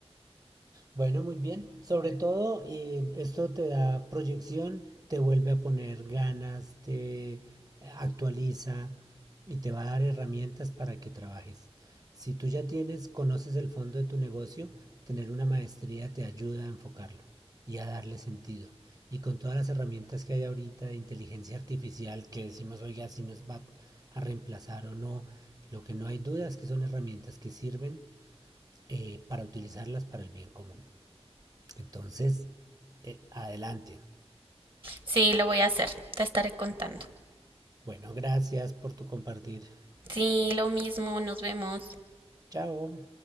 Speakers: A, on the right (about 35°); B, on the right (about 50°).
A: Bueno, muy bien. Sobre todo, eh, esto te da proyección, te vuelve a poner ganas, te actualiza y te va a dar herramientas para que trabajes. Si tú ya tienes, conoces el fondo de tu negocio, tener una maestría te ayuda a enfocarlo y a darle sentido. Y con todas las herramientas que hay ahorita de inteligencia artificial, que decimos, oiga, si nos va a reemplazar o no, lo que no hay duda es que son herramientas que sirven eh, para utilizarlas para el bien común. Entonces, eh, adelante.
B: sí, lo voy a hacer, te estaré contando,
A: Bueno, gracias por tu compartir.
B: sí, lo mismo, nos vemos.
A: Chao.